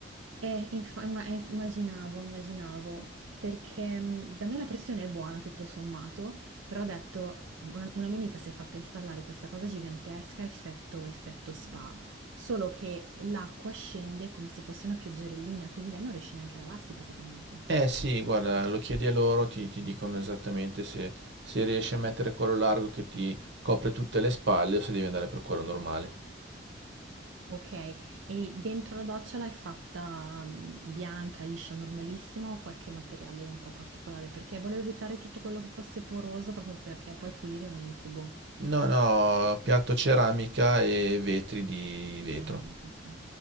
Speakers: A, on the right; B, on the right.
A: Eh, inf- imma- eh, immaginavo, immaginavo, perché mh, da me la pressione è buona tutto sommato, però ho detto, una, una mia amica si è fatta installare questa cosa gigantesca, effetto, effetto spa, solo che l'acqua scende come se fosse una pioggerellina, quindi lei non riesce neanche a lavarsi praticamente.
B: Eh sì, guarda, lo chiedi a loro, ti, ti dicono esattamente se, se riesci a mettere quello largo che ti copre tutte le spalle o se devi andare per quello normale.
A: Ok, e dentro la doccia l'hai fatta mh, bianca, liscia, normalissimo, qualche materiale un po' particolare, perché volevo evitare tutto quello che fosse poroso, proprio perché poi pulire è un incubo.
B: No, no, piatto ceramica e vetri di vetro.
A: Ceramica, okay.